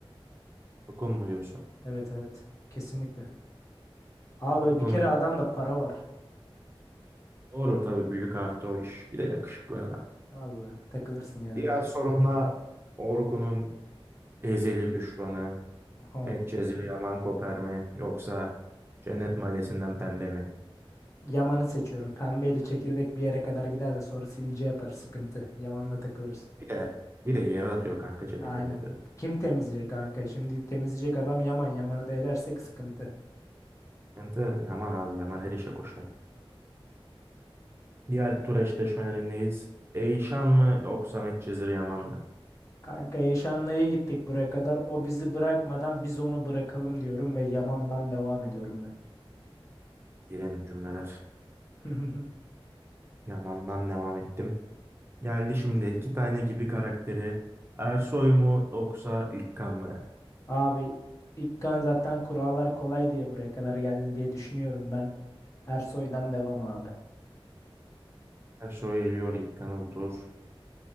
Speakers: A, on the right (about 25°); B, on the left (about 35°).
A: Orkun mu diyorsun?
B: Evet evet. Kesinlikle. Abi
A: Orkun
B: bir kere adamda para var.
A: doğru tabii büyük artı o iş. Bir de yakışıklı adam.
B: Vallahi takılırsın yani.
A: Diğer sorumla Orkun'un ezeli düşmanı
B: Aha.
A: Medcezir Yaman Koper mi? Yoksa Cennet Mahallesi'nden Pembe mi?
B: Yaman'ı seçiyorum. Pembeli çekirdek bir yere kadar gider de sonra sivilce yapar sıkıntı. Yaman'la takılırız.
A: Bir de bir de yere atıyor kanka çekirdekleri.
B: Aynen. Kim temizleyecek kanka? Şimdi temizleyecek adam Yaman. Yaman'ı da elersek sıkıntı.
A: Kente Yaman abi Yaman her işe koşar. Diğer tur eşleşmelerindeyiz. Eyşan mı yoksa Medcezir Yaman mı?
B: Kanka Eşanlı'ya gittik buraya kadar. O bizi bırakmadan biz onu bırakalım diyorum ve Yaman'dan devam ediyorum ben.
A: Gelin cümleler.
B: <laughs>
A: Yaman'dan devam ettim. Geldi şimdi iki tane gibi karakteri. Ersoy mu yoksa İlkan mı?
B: Abi İlkan zaten kurallar kolay diye buraya kadar geldi diye düşünüyorum ben. Ersoy'dan devam abi.
A: Ersoy eliyor İlkan'ı bu tur.